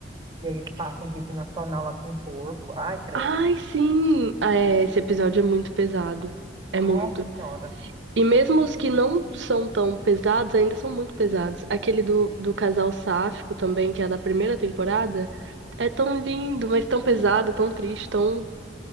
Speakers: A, on the right; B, on the right.
A: E aí ele passa em rede nacional lá com um porco. Ai, credo.
B: Ai, sim! Ah, é, esse episódio é muito pesado. É
A: Nossa
B: muito.
A: Senhora.
B: E mesmo os que não são tão pesados, ainda são muito pesados. Aquele do, do casal sáfico também, que é da primeira temporada, é tão lindo, mas tão pesado, tão triste, tão